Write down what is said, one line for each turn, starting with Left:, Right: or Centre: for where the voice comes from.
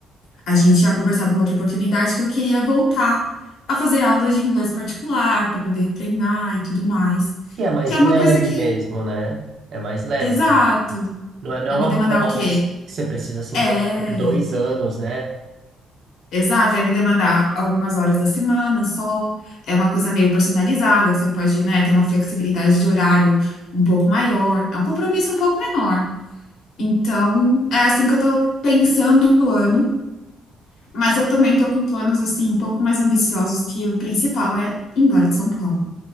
Left: a gente tinha conversado numa outra oportunidade que eu queria voltar a fazer aulas de inglês particular para poder treinar e tudo mais.
Right: Que é mais
Left: Que é
Right: leve
Left: uma coisa que,
Right: mesmo, né? É mais leve,
Left: exato,
Right: assim. Não é, não
Left: vai
Right: é uma
Left: me demandar
Right: pós
Left: o quê?
Right: que você precisa se envolver
Left: É,
Right: por dois anos, né?
Left: exato, vai me demandar algumas horas da semana só. É uma coisa meio personalizada, que você pode, né, ter uma flexibilidade de horário um pouco maior. É um compromisso um pouco menor. Então, é assim que eu tô pensando o ano, mas eu também tô com planos assim um pouco mais ambiciosos que o principal é ir embora de São Paulo.